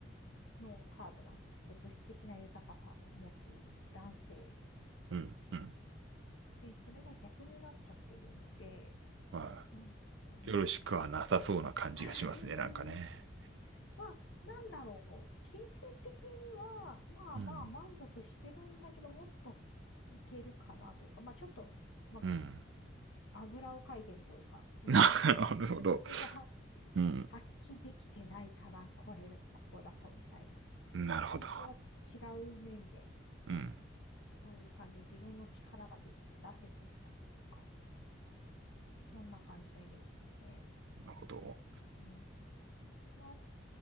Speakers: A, on the left; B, on the right.
A: のカードなんですけど、物質的な豊かさを持っている男性。
B: うん。うん。
A: で、それが逆になっちゃっているので、
B: は
A: なんでしょうね。
B: い。よろしくはなさそうな感じがしますね、
A: <laughs>
B: なんかね。
A: まあ、なんだろう。金銭的には、まあまあ満足してるんだけど、
B: うん。
A: もっといけるかなというか、まあちょっと、ま
B: うん。
A: あ、あぐらをかいてるというか、
B: <laughs>
A: 実、
B: な
A: 自分の実力が
B: るほど。
A: <laughs>
B: うん。
A: 発揮できてないから、これ、ここだと、みたいな。
B: なるほど。
A: 本当は違う面で
B: うん、う
A: そういう感じ。で自分の力がで出せてないか。こんな感じのイメージですね。
B: ん。なるほど。
A: うん。なっ